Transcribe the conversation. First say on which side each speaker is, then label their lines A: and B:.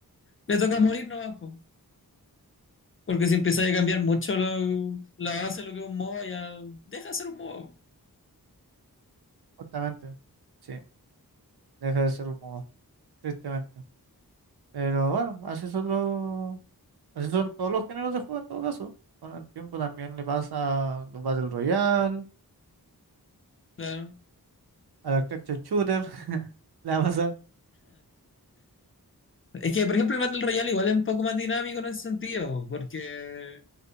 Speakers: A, on the left; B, on the right.
A: le toca morir nomás, po. Porque si empezáis a cambiar mucho la, la base de lo que es un MOBA, ya deja de ser un MOBA.
B: Justamente. Sí, deja de ser un modo, tristemente. Pero bueno, así son los, así son todos los géneros de juego en todo caso. Con el tiempo también le pasa a los Battle Royale,
A: Claro.
B: a la Action Shooter, <laughs> le va a pasar.
A: Es que, por ejemplo, el Battle Royale igual es un poco más dinámico en ese sentido, porque